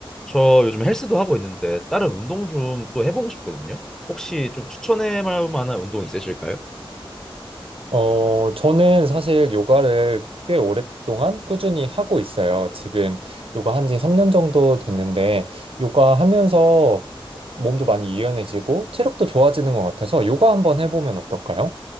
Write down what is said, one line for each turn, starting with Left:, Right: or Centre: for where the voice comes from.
Centre: 저 요즘 헬스도 하고 있는데 다른 운동 좀 또 해보고 싶거든요. 혹시 좀 추천해 볼 만한 운동 있으실까요?
Right: 어, 저는 사실 요가를 꽤 오랫동안 꾸준히 하고 있어요. 지금 요가 한지 3년 정도 됐는데, 요가 하면서 몸도 많이 유연해지고, 체력도 좋아지는 것 같아서 요가 한번 해보면 어떨까요?